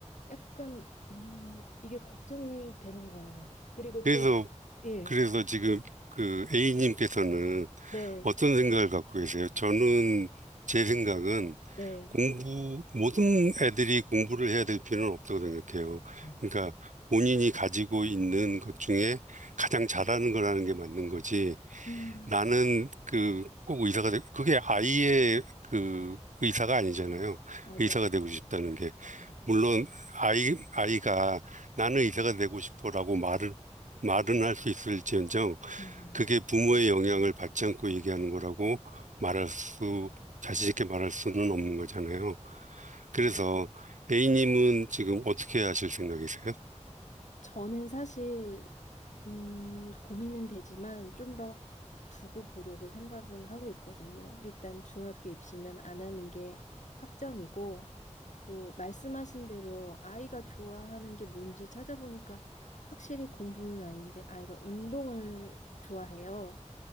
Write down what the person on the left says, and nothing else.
약간 음, 이게 걱정이 되는 거예요. 그리고
또 예,
네,
네.
음,
음,
맞아요,
맞아요.
음,
맞
저는 사실, 음, 고민은 되지만 좀 더 두고 보려고 생각은 하고 있거든요. 일단 중학교 입시는 안 하는 게 확정이고, 또 말씀하신 대로 아이가 좋아하는 게 뭔지 찾아보니까 확실히 공부는 아닌데 아이가 운동을 좋아해요.